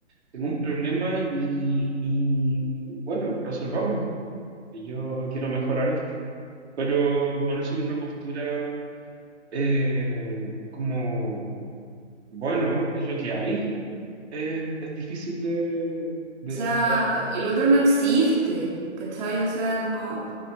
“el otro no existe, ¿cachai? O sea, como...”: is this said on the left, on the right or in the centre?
Right